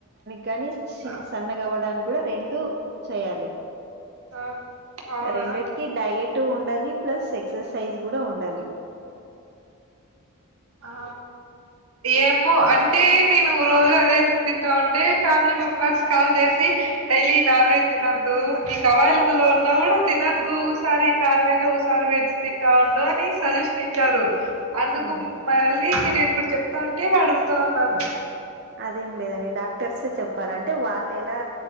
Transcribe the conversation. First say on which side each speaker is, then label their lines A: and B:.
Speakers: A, on the right (about 50°); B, on the right (about 80°).
A: గని సిన్
B: ఆ
A: సన్నగావడానికి కూడా రెండు చేయాలి
B: ఆ అవునా
A: రెండిటికి డయట్ ఉండాలి ప్లస్ ఎక్సర్సైజ్ కూడ ఉండాలి
B: ఆ ఏమో అంటే నేను రోజు అదే తింటా ఉంటే ఫ్యామిలీ మెంబెర్స్ కాల్ చేసి డైలీ నాన్ వెజ్ తినద్దు నీకు అవైలబుల్ ఉన్నా కూడా తినద్దు సారి నాన్ వెజ్ ఒకసారి వెజ్ తింటా ఉండు అని సజెషన్ ఇచ్చారు అందుకు
A: ఉమ్
B: మళ్ళీ మీరు ఇప్పుడు చెప్తా ఉంటే అడుగుతా ఉన్నాను
A: అదేం లేదండి డాక్టర్స్ చెప్పారు అంటే వాళ్ళు ఎలా